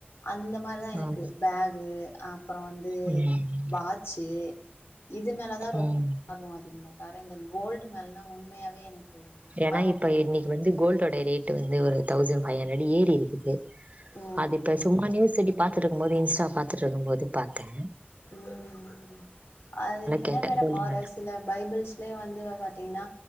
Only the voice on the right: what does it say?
ஆமா
ம்
ம்
ஏனா
இப்ப இன்னைக்கு
வந்து கோல்டோட ரேட் டு வந்து ஒரு தௌசன் பைவ்கன்ரடு ஏரி இருக்கு
அது இப்ப சும்மா நியூ செடிப் பாத்துட்ருக்கும் போது இன்ஸ்டா பாத்துட்டு இருக்கும் போது பாத்த
கேட்டே
கோல்டு
மேல